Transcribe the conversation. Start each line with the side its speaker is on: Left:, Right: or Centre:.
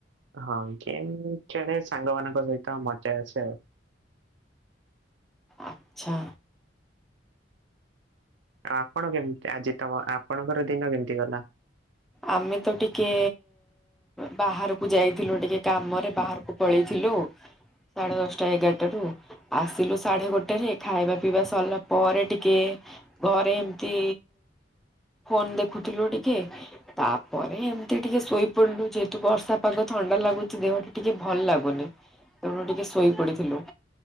Right: ହଁ ଗେମ୍ ଖେଳେ ସାଙ୍ଗମାନଙ୍କ ସହିତ ମଜା ଆସେ ଆଉ।
Centre: ଆଚ୍ଛା।
Right: ଆ ଆପଣ କେମତି ଆଜି ତମ ଆପଣଙ୍କର ଦିନ କେମିତି ଗଲା?
Centre: ଆମେ ତ ଟିକେ ବାହାରକୁ ଯାଇଥିଲୁ ଟିକେ କାମରେ ବାହାରକୁ ପଳେଇଥିଲୁ। ସାଢ଼େ ଦଶଟା ଏଗାରଟାରୁ। ଆସିଲୁ ସାଢେ ଗୋଟେରେ ଖାଇବା ପିଇବା ସରିଲା ପରେ ଟିକେ ଘରେ ଏମିତି ଫୋନ ଦେଖୁଥିଲୁ ଟିକେ ତାପରେ ଏମିତି ଟିକେ ଶୋଇପଡିଲୁ ଯେହେତୁ ବର୍ଷା ପାଗ ଥଣ୍ଡା ଲାଗୁଛି ଦେହଟା ଟିକେ ଭଲ ଲାଗୁନି। ତେଣୁ ଟିକେ ଶୋଇ ପଡିଥିଲୁ।